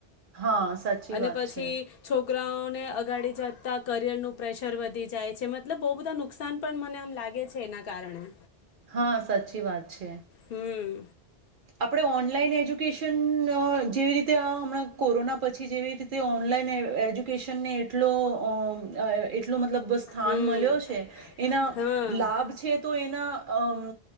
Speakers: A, on the right; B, on the left.
A: હા સાચી
B: અને
A: વાત
B: પછી
A: છે.
B: છોકરાઓને અગાડી જતાં કરિયરનું પ્રેશર વધી જાય છે મતલબ બહુ બધા નુકસાન પણ મને આમ લાગે છે એના કારણે.
A: હા સાચી વાત છે.
B: હમ
A: આપણે ઓનલાઈન એજ્યુકેશન જેવી રીતે આ હમણાં કોરોના પછી જેવી રીતે ઓનલાઈન એજ્યુકેશનને એટલો અ અમ એટલો મતલબ સ્થાન
B: હમ
A: મલ્યો છે એના
B: હા
A: લાભ છે તો એના અ અમ